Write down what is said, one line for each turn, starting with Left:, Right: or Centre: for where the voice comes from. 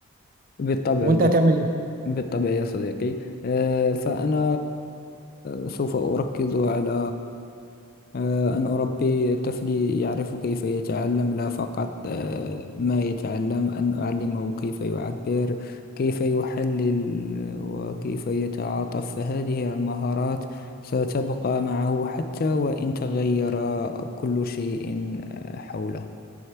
Left: بالطبع
Right: وانت
Left: بالطبع
Right: هتعمل ايه
Left: بالطبع يا صديقي آه، فأنا آه، سوف أركز على آه، أن أربي طفلي يعرف كيف يتعلم لا فقط آه، ما يتعلم أن أعلمه كيف يعبر كيف يحلل وكيف يتعاطف فهذه المهارات ستبقى معه حتى وإن تغير كل شيء آه، حوله